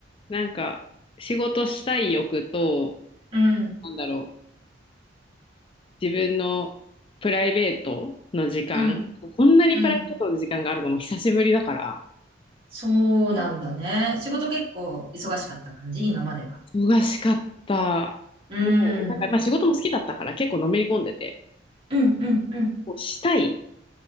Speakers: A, on the left (about 30°); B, on the right (about 30°).
A: なんか、仕事したい欲と、
B: うん、
A: なんだろう、自分のプライベートの時間、
B: うん、
A: こんなにプライベートの時間があるのも久しぶりだから、
B: うん。そうなんだね。仕事結構忙しかった感じ、今までは。
A: 忙しかった。
B: う
A: もう、なんか、
B: ん。
A: まあ仕事も好きだったから結構のめり込んでて、
B: うんうんうん。
A: こうしたい、